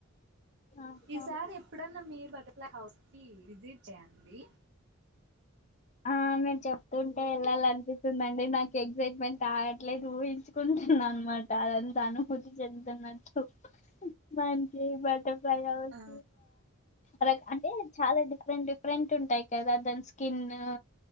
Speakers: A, on the left; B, on the right.
A: ఆహా
B: ఈసారి ఎప్పుడన్న మీ బటర్ఫ్లై హౌస్ విజిట్ చేయండి
A: ఆ మీరు చెప్తుంటే వెళ్ళాలి అనిపిస్తుందిండి నాకు ఎగ్సైట్మెంట్ ఆగట్లేదు ఊహించుకుంటున్నా అనమాట అదంతా అనుభూతి చెంతన్నట్టు మంచి బస్ బటర్ఫ్లై హౌస్
B: ఆ
A: అలా అంటే చాలా డిఫరెంట్ డిఫరెంట్ ఉంటాయి కదా దాని స్కిన్ ఆ